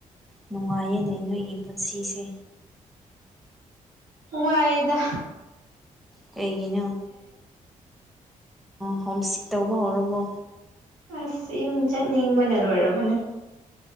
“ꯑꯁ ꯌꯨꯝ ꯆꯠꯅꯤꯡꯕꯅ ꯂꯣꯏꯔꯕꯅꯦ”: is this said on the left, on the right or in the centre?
Right